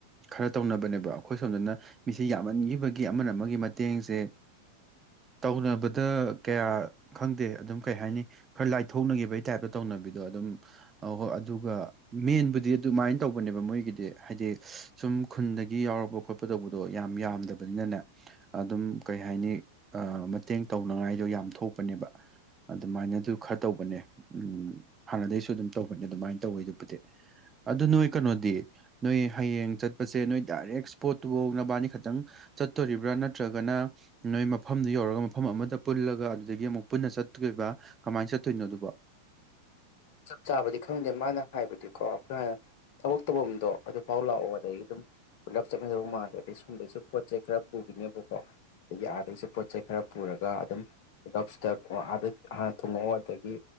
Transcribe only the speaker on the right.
ꯈꯔ ꯇꯧꯅꯕꯅꯦꯕ ꯑꯩꯈꯣꯏ ꯁꯣꯝꯗꯅ ꯃꯤꯁ ꯌꯥꯝꯃꯟꯈꯤꯕꯒꯤ ꯑꯃꯅ ꯑꯃꯒꯤ ꯃꯇꯦꯡꯁꯦ ꯇꯧꯅꯕꯗ ꯀꯌꯥ ꯈꯪꯗꯦ ꯑꯗꯨꯝ ꯀꯩ ꯍꯥꯏꯅꯤ ꯈꯔ ꯂꯥꯏꯊꯣꯛꯅꯈꯤꯕꯒꯤ ꯇꯥꯏꯞꯇ ꯇꯧꯅꯕꯤꯗꯣ ꯑꯗꯨꯝ ꯍꯣꯏ ꯑꯗꯨꯒ ꯃꯦꯟꯕꯨꯗꯤ ꯑꯗꯨꯃꯥꯏꯅ ꯇꯧꯕꯅꯦꯕ ꯃꯣꯏꯒꯤꯗꯤ ꯍꯥꯏꯗꯤ ꯁꯨꯝ ꯈꯨꯟꯗꯒꯤ ꯌꯥꯎꯄ ꯈꯣꯠꯄ ꯇꯧꯕꯗꯣ ꯌꯥꯝ ꯌꯥꯝꯗꯕꯅꯤꯅꯅꯦ ꯑꯗꯨꯝ ꯀꯩ ꯍꯥꯏꯅꯤ ꯃꯇꯦꯡ ꯇꯧꯅꯉꯥꯏꯗꯣ ꯌꯥꯝ ꯊꯣꯛꯄꯅꯦꯕ ꯑꯗꯨꯃꯥꯏꯅꯗꯨ ꯈꯔ ꯇꯧꯕꯅꯦ ꯎꯝ ꯍꯥꯟꯅꯗꯒꯤꯩꯁꯨ ꯑꯗꯨꯝ ꯇꯧꯕꯅꯦ ꯑꯗꯨꯃꯥꯏꯅ ꯇꯧꯋꯤ ꯑꯗꯨꯕꯨꯗꯤ ꯑꯗꯨ ꯅꯣꯏ ꯀꯩꯅꯣꯗꯤ ꯅꯣꯏ ꯍꯌꯦꯡ ꯆꯠꯄꯁꯦ ꯅꯣꯏ ꯗꯥꯏꯔꯦꯛ ꯏꯁꯄꯣꯠꯇꯨ ꯀꯣꯛꯅꯕꯅꯤ ꯈꯇꯪ ꯆꯠꯇꯣꯔꯤꯕ꯭ꯔꯥ ꯅꯠꯇ꯭ꯔꯒꯅ ꯅꯣꯏ ꯃꯐꯝꯗꯨ ꯌꯧꯔꯒ ꯃꯐꯝ ꯑꯃꯗ ꯄꯨꯜꯂꯒ ꯑꯗꯨꯗꯒꯤ ꯑꯃꯨꯛ ꯄꯨꯟꯅ ꯆꯠꯇꯠꯇꯣꯏꯔꯤꯕ꯭ꯔꯥ ꯀꯃꯥꯏꯅ ꯆꯠꯇꯣꯏꯅꯣ ꯑꯗꯨꯕꯣ